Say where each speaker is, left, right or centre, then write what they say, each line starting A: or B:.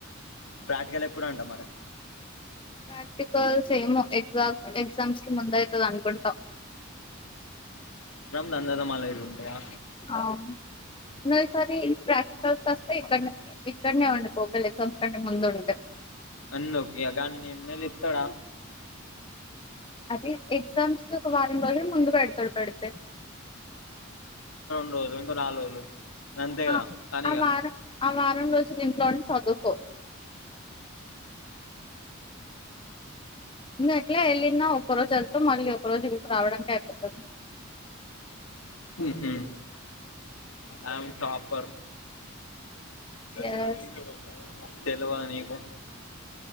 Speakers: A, on the left; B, on the left.
A: ప్రాక్టికల్ ఎప్పుడంటా మరి
B: ప్రాక్టికల్స్ ఏమో ఎగ్జామ్ ఎగ్జామ్స్ కి ముందయితది అనుకుంటా
A: థాంధదా మల్ల ఇగుంటాయా
B: ఆ ఇంగో ఈసారి ప్రాక్టికల్స్ వస్తే ఇక్కన్నే ఇక్కడనే ఉండిపో ఒకేలా ఎగజామ్స్ కంటే ముందు ఉంటే
A: అన్న వ్య గన్ని ఎంల్ ఇత్తడా
B: అదే ఎక్సామ్స్కి ఒక వారం రో ముందు పెడుతడుపెడితే
A: రో ఇంకో నాలు రోజులు అంతే కదా
B: ఆ
A: పనిగా
B: ఆ వారం ఆ వారం రోజు ఇంట్లోండి చదువుకో ఇంగ ఎట్లా వెళ్ళిన్నో ఒక్క రోజెల్తావ్ మళ్ళీ ఒక రోజు ఇడికి రావడానికి అయిపోతది
A: ఉమ్ ఐయామ్ టాపర్ కష్
B: ఎస్
A: కానీ ఇ బత తెలివ నీకు